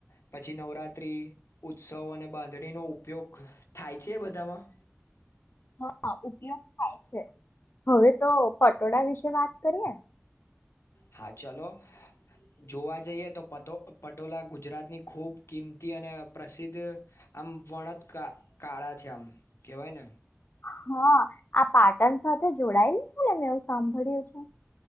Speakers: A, on the left; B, on the left.
A: પછી નવરાત્રી ઉત્સવ અને બાંધણીનો ઉપયોગ થાય છે બધામાં
B: હા ઉપયોગ થાય છે હવે તો પટોળા વિશે વાત કરીએ
A: હા ચલો જોવા જઈએ તો પ પટોલાા ગુજરાતની ખૂબ કિંમતી અને પ્રસિદ્ધ આમ વણત કાળા છે આમ કેવાય ને
B: હા આ પાટણ સાથે જોડાયેલ છેને મેં એવું સાંભળ્યું છે